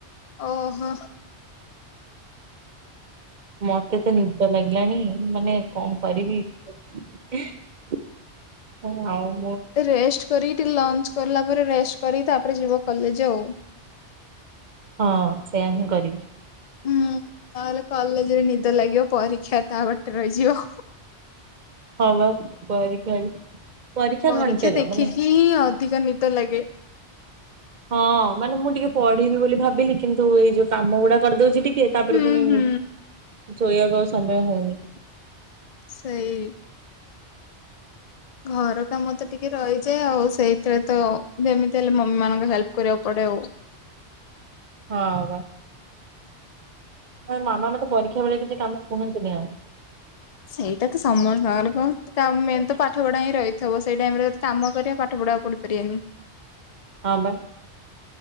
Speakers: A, on the left; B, on the right.
A: ଓହୋ।
B: ମତେ ତ ନିଦ ଲାଗିଲାଣି ମାନେ କଣ କରିବି। ହଁ ହୋଉ।
A: ରେଷ୍ଟ କରିକି ଟିକେ ଲଞ୍ଚ କଲା ପରେ ରେଷ୍ଟ କରିକି ତାପରେ ଯିବ କଲେଜ ଆଉ।
B: ହଁ ସେଇୟା ହିଁ କରିବି।
A: ହୁଁ, ନହେଲେ କଲେଜରେ ନିଦ ଲାଗିବ। ପରୀକ୍ଷା ତା ବାଟରେ ରହିଯିବ।
B: ହ ବା <inaudible>
A: ପରୀକ୍ଷା
B: ଘଣ୍ଟେର
A: ଦେଖିକି
B: ମାନେ
A: ହିଁ ଅଧିକା ନିଦ ଲାଗେ।
B: ହଁ ମାନେ ମୁଁ ଟିକେ ପଢିବି ବୋଲି ଭାବିଲି କିନ୍ତୁ ଏଇ ଯୋଉ କାମ ଗୁଡା କରିଦଉଛି ଟିକେ ତାପରେ
A: ହୁଁ
B: ପୁଣି
A: ହୁଁ
B: ନି ଶୋଇବାକୁ ଆ ସମୟ ହଉନି।
A: ସେଇ ଘର କାମ ତ ଟିକେ ରହିଯାଏ। ଆଉ ସେଇ ସେଥିରେ ତ ଯେମିତି ହେଲେ ମମି ମାନଙ୍କୁ ହେଲ୍ପ କରିବାକୁ ପଡେ ଆଉ।
B: ହଁ ହ ବା ହ ମାମା ମତେ ପରୀକ୍ଷା ବେଳେ କିଛି କାମ କୁହନ୍ତିନି ଆଉ।
A: ସେଇଟା ସମସ୍ତଙ୍କର କଣ? ତ ମେନ୍ ତ ପାଠ ପଢା ହିଁ ରହିଥିବ। ସେଇ ଟାଇମ ରେ ଯଦି କାମ କରିବା ପାଠ ପଢାକୁ ପଢିପାରିବନି।
B: ହଁ ବା